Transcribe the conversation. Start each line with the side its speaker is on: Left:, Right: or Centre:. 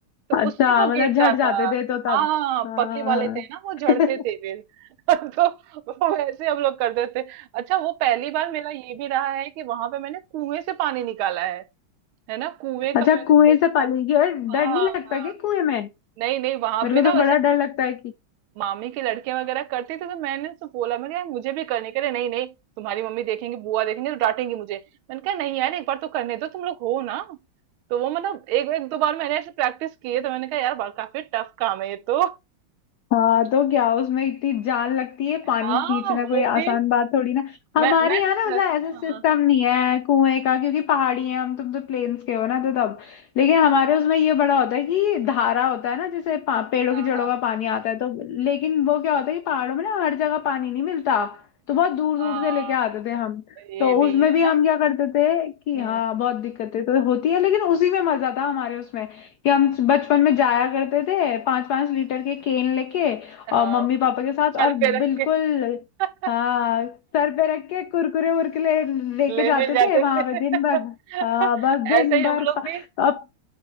Right: तो
Left: अच्छा
Right: उससे वो
Left: मतलब
Right: गिरता
Left: झड़ जाते
Right: था
Left: थे तो तब
Right: हाँ हाँ, हाँ,
Left: हाँ
Right: पके वाले थे ना वो झड़ते
Left: <laughs>
Right: थे फिर <laughs> तो वो वैसे हम लोग करते थे अच्छा वो पहली बार मेरा ये भी रहा है कि वहां पे मैंने कुएं से पानी निकाला है है ना कुएं
Left: अच्छा
Right: का मैंने
Left: कुएं
Right: देखा
Left: से पाली गई और डर
Right: हाँ
Left: नहीं
Right: हाँ
Left: लगता क्या
Right: हाँ।
Left: कुएं में
Right: नहीं नहीं वहां
Left: मेरे
Right: पे
Left: को
Right: ना
Left: तो
Right: वैसे
Left: बड़ा डर लगता है
Right: मामी के लड़के वगैरह करते थे तो मैंने तो बोला मैं यार मुझे भी करने के लिए नहीं नहीं तुम्हारी मम्मी देखेंगी बुआ देखेंगी तो डांटेंगी मुझे मैंने कहा नहीं यार एक बार तो करने दो तुम लोग हो ना तो वो मतलब एक एक दो बार मैंने ऐसे प्रैक्टिस की है तो मैंने कहा यार बा- काफी टफ काम है ये तो
Left: हाँ तो क्या उसमें इतनी जान लगती है
Right: हाँ
Left: पानी खींचना
Right: वो
Left: कोई आसान
Right: भी
Left: बात थोड़ी ना
Right: मैं
Left: हमारे
Right: मैं
Left: यहाँ ना मतलब ऐसा
Right: हाँ
Left: सिस्टम नहीं है कुएं का क्योंकि पहाड़ी है हम तुम तो प्लेन्स के हो ना तो तब लेकिन हमारे उसमें ये बड़ा होता है कि धारा होता है ना जैसे पा- पेड़ों
Right: हाँ
Left: की जड़ों
Right: हाँ
Left: का पानी आता है तो लेकिन वो क्या होता है कि पहाड़ों में ना हर जगह पानी नहीं मिलता तो बहुत दूर दूर
Right: हाँ,
Left: से लेके आते थे हम
Right: ये
Left: तो
Right: भी
Left: उसमें
Right: है
Left: भी
Right: ना
Left: हम क्या करते थे कि
Right: हम्म
Left: हाँ बहुत दिक्कतें तो होती है लेकिन उसी में मजा था हमारे उसमें कि हम बचपन में जाया करते थे पांच पांच लीटर के केन लेके
Right: हाँ
Left: और मम्मी पापा के साथ
Right: सर
Left: और
Right: पे रख
Left: बिल्कुल
Right: के <laughs>
Left: हाँ सर पे रख के कुरकुरे वुरकुरे लेके
Right: ले
Left: जाते
Right: मिल जाते
Left: थे वहां
Right: थे <laughs>
Left: पे दिन भर हाँ बस दिन
Right: ऐसे ही
Left: भर
Right: हम लोग
Left: पा,
Right: भी
Left: अब